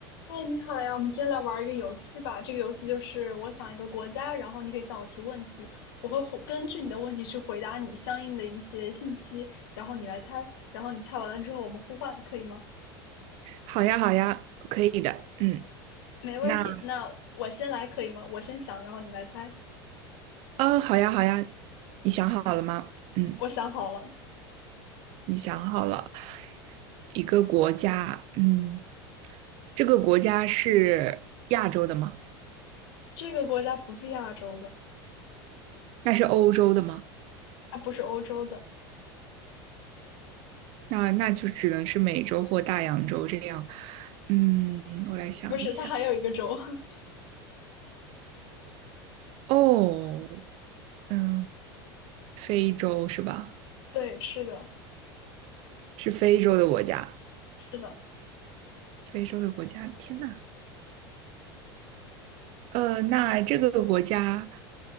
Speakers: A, on the left; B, on the right.
A: 哎，你好呀，我们今天来玩一个游戏吧。这个游戏就是我想一个国家，然后你可以向我提问题，我会回根据你的问题去回答你相应的一些信息，然后你来猜，然后你猜完了之后我们互换，可以吗？
B: 好呀，好呀，可以的。嗯，
A: 没问题。
B: 那
A: 那我先来可以吗？我先想，然后你来猜。
B: 呃，好呀，好呀，你想好了吗？嗯，
A: 我想好了，
B: 你想好了，一个国家，嗯，这个国家是亚洲的吗？
A: 这个国家不是亚洲的，
B: 那是欧洲的吗？
A: 它不是欧洲的，
B: 那那就只能是美洲或大洋洲这样。嗯，我来想一下。
A: 不是，它还有一个洲。<laughs>
B: 哦，嗯，非洲是吧？
A: 对，是的，
B: 是非洲的国家，
A: 是的，
B: 非洲的国家。天呐，呃，那这个国家